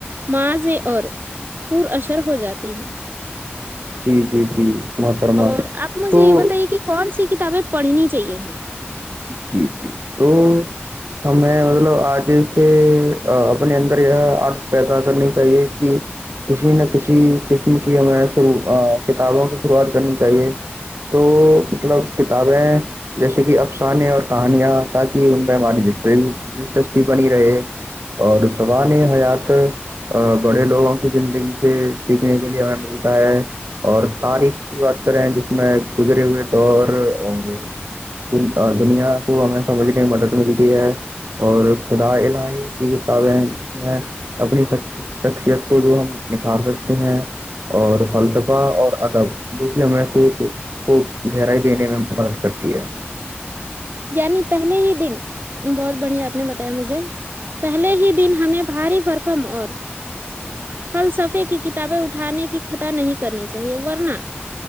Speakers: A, on the right; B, on the right.
A: معاذ اور پر اشر ہو جاتی ہے
B: جی جی جی محترمہ
A: اور آپ مجھے
B: تو
A: یہ بتائیے کہ کون سی کتابیں پڑھنی چاہیے ہمیں
B: جی جی تو ہمیں مطلب آج سے اپنے اندر یہ عادت پیدا کرنی چاہیے کہ کسی نہ کسی قسم کی ہمیںرو کتابوں کی شروعات کرنی چاہیے تو مطلب کتابیں جیسے کہ انے اور کہانیاں تاکہ ان پہ ہماری دلچسپی بنی رہے اور زبان
A: ہمیں
B: یہ حیات بڑے لوگوں کی زندگی سے سیکھنے کے لیے ہمیں ملتا ہے اور تاریخ کی بات کریں جس میں گزرے ہوئے دور اور دنیا کو ہمیں سمجھنے میں مدد ملتی ہے اور خدا الہی کی کتابیں ہیں جس میں اپنی شخصیت کو جو ہم نکھار سکتے ہیں اور فلسفہ اور ادب جو کہ ہمیں سوچ کو گہرائی دینے میں مدد کرتی ہے
A: یعنی پہلے ہی دن بہت بڑھیا آپ نے بتایا مجھے پہلے ہی دن ہمیں بھاری برکم اور فلسفے کی کتابیں اٹھانے کی خطا نہیں کرنی چاہیے ورنہ